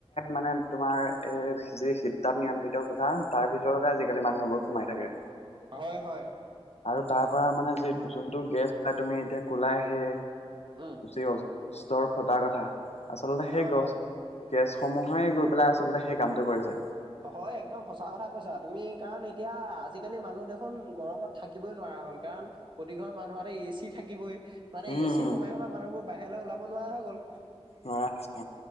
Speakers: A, on the left; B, on the right.
A: মানে তোমাৰ এই যি শীত তাত নিয়ন্ত্ৰিত কোঠা তাৰ ভিতৰতে আজিকালি মানুহবোৰ সোমাই থাকে
B: হয়, হয়।
A: আৰু তাৰ পৰা মানে যি যোনটো গেছ হয় তুমি এতিয়া কলাই সি
B: উম,
A: ি গষ্টৰ ফটাাৰ কথা আচলতে সেই
B: হয়,
A: গছ
B: হয়।
A: গেছসমূহে গৈ পেলাই আচলতে সেই কামটো কৰিছে
B: হয় একদম সঁচা কথা কৈছা তুমি কাৰণ এতিয়া আজিকালি মানুহ দেখোন গৰমত থাকিবই নোৱা হ'ল কাৰণ প্ৰতি ঘৰৰ মানুহতে এ চি থাকিবই মানে
A: উম,
B: এ চিত সোমাই সোমাই মানুহোৰ বাহিৰলৈ ওলাব নোৱাৰা হৈ গ'ল
A: মহাৰাষ্ট্ৰ